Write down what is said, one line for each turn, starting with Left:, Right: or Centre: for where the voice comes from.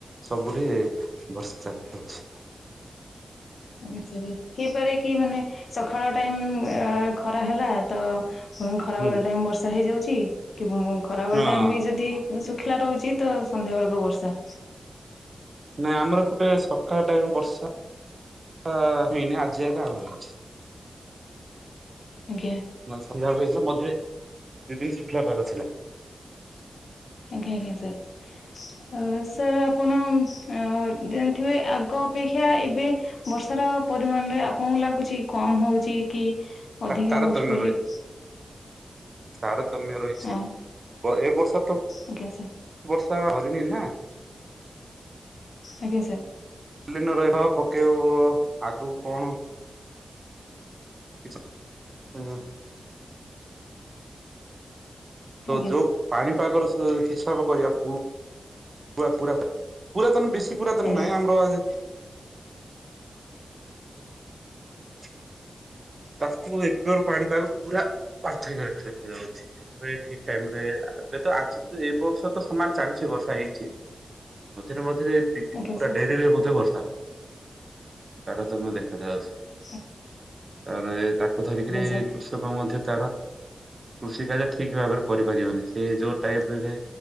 Right: ସବୁଠି ବର୍ଷା ଚାଲିଅଛି।
Left: ହ ହେଇପାରେ କି ମାନେ ସକାଳ ଟାଇମ ଖରା ହେଲା ତ। ପୁଣି ଖରା
Right: ହୁଁ
Left: ବେଳେ ଟାଇମ ବର୍ଷା ହେଇଯାଉଛି କି ଖରାବେଳେ
Right: ହଁ।
Left: ଟାଇମ ବି ଯଦି ଶୁଖିଲା ରହୁଛି ତ ସନ୍ଧ୍ୟା ବେଳକୁ ବର୍ଷା
Right: ନାଇଁ ଆମର ଏପଟେ ସକାଳ ଟାଇମ ବର୍ଷା ହେଇନି ଆଜି ଯାକ ଆରମ୍ଭ ହେଇଛି।
Left: ଆଜ୍ଞା।
Right: ନା ସନ୍ଧ୍ୟାବେଳେ ହେଇଥିଲା ମଝିରେ ଦି ଦିନ ଶୁଖିଲ ପାଗ ଥିଲା।
Left: ଆଜ୍ଞା ଆଜ୍ଞା ସାର୍। ଅ ସାର୍ ଆପଣ ଅ ଯାଣିଥିବେ ଆଗ ଅପେକ୍ଷା ଏବେ ବର୍ଷାର ପରିମାଣରେ ଆପଣଙ୍କୁ ଲାଗୁଛି କମ ହଉଛି କି ଅଧିକା
Right: ତାରତମ୍ୟ
Left: ହଉଛି ବୋଲି।
Right: ରହିଛି ତାରତମ୍ୟ ରହିଛି
Left: ହଁ
Right: ଏ ବର୍ଷ ତ
Left: ଆଜ୍ଞା ସାର୍
Right: ବର୍ଷା ଧରିିନି ନା।
Left: ଆଜ୍ଞା ସାର୍
Right: କଲିିନ ରହିବା ପକେଇବ ଆଗକୁ କଣ। କିଛି <inaudible>
Left: ଆଜ୍ଞା
Right: ଯୋଉ ପାଣିପାଗର ହିସାବ କରିବା। ପୁରା ପୁରା ପୁରାତନ ବେଶୀ ପୁରାତନ
Left: ଆଜ୍ଞା
Right: ନାଇଁ ଆମର ଆଜି <unintelligible> ତାକୁ ଏବେର ପାଣିପାଗ ପୁରା ପାର୍ଥକ୍ୟ ରଖା ଦେଖା ଯାଉଛି। ଏବେ ଠିକ ଟାଇମରେ ଏବେ ତ ଆଜି ତ ଏ ବର୍ଷ ତ ସମାନ ଚାଲିଛି ବର୍ଷା ହେଇଛି। ମଝିରେ ମଝିରେ ପୁରା
Left: ଆଜ୍ଞା ସାର୍
Right: ଡେରିରେ ମଧ୍ୟ ବର୍ଷା ହୁଏ। ତାରତମ୍ୟ ଦେଖାଯାଉଛି।
Left: ହ
Right: ତାର ତାକୁ ଧରିକିରି
Left: ସାର୍
Right: କୃଷକ ମଧ୍ୟ ତାର କୃଷି କାର୍ଯ୍ୟ ଠିକ ଭାବରେ କରିପାରିବନି ସେ ଯୋଉ ଟାଇପ ରେ